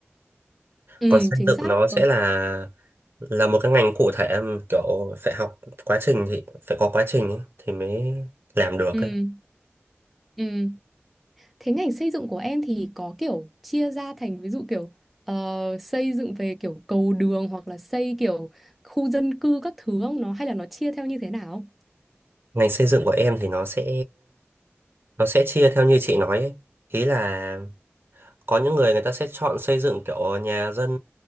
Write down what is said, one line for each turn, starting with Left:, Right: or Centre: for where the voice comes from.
Centre: Ừ
Right: còn xây
Centre: chính
Right: dựng
Centre: xác.
Right: nó
Centre: Ừ.
Right: sẽ là là một cái ngành cụ thể mà kiểu phải học quá trình thì phải có quá trình ấy, thì mới làm được
Centre: Ừ.
Right: ấy.
Centre: Ừ. Thế ngành xây dựng của em thì có kiểu chia ra thành ví dụ kiểu ờ, xây dựng về kiểu cầu đường hoặc là xây kiểu khu dân cư các thứ không nó hay là nó chia theo như thế nào?
Right: ngành xây dựng của em thì nó sẽ nó sẽ chia theo như chị nói ấy. Ý là có những người người ta sẽ chọn xây dựng kiểu nhà dân